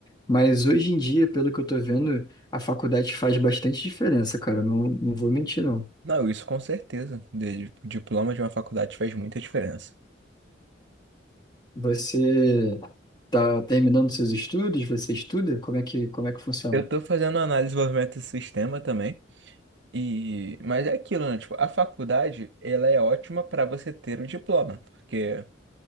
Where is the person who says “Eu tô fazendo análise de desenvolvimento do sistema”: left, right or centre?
Right